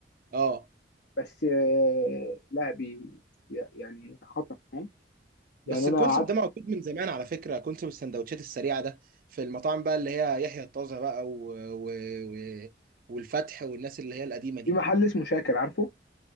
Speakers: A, on the right; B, on the left.
A: اه
B: بس آه لا بي يعني خطر فاهم
A: بس
B: يعني
A: الكونسيبت
B: انا قعدت
A: ده موجود من زمان على فكره كونسيبت السندوتشات السريعه ده في المطاعم بقى اللي هي يحيى الطازه بقى و... و... و... والفتح والناس اللي هي القديمه دي
B: في محل اسمه شاكر عارفه